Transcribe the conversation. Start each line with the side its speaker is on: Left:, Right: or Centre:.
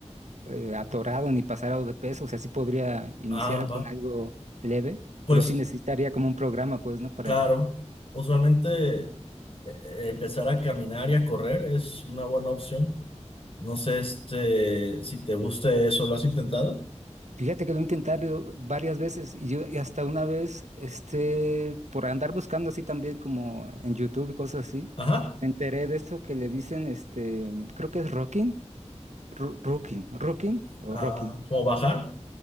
Right: eh, atorado ni pasado de peso, o sea, sí podría iniciar
Left: Ah, va.
Right: con algo leve,
Left: Pues
Right: pero sí necesitaría como un programa, pues, ¿no? para
Left: claro, usualmente eh, eh, empezar a caminar y a correr es una buena opción. No sé este, si te guste eso, ¿lo has intentado?
Right: Fíjate que lo he intentado varias veces y, yo, y hasta una vez, este, por andar buscando así también como en YouTube y cosas así,
Left: Ajá.
Right: me enteré de esto que le dicen, este, creo que es rocking, ro- rocking, rocking o
Left: Ah,
Right: rocking,
Left: ¿como bajar?